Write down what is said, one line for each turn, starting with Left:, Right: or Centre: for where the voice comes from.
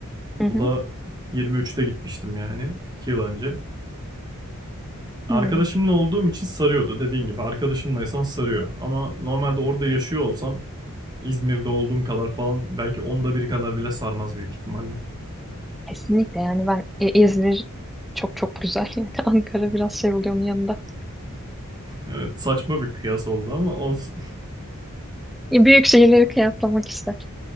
Centre: Hı hı.
Right: O da 23'te gitmiştim yani. 2 yıl önce. Arkadaşımla
Centre: Hmm.
Right: olduğum için sarıyordu dediğin gibi. Arkadaşınlaysan sarıyor. Ama normalde orada yaşıyor olsan İzmir'de olduğum kadar falan belki onda bir kadar bile sarmaz büyük ihtimalle.
Centre: Kesinlikle yani ben e, İzmir çok çok güzel yani <laughs> Ankara biraz şey oluyor onun yanında.
Right: Evet saçma bir kıyas oldu ama olsun.
Centre: E, Büyük şehirleri kıyaslamak ister.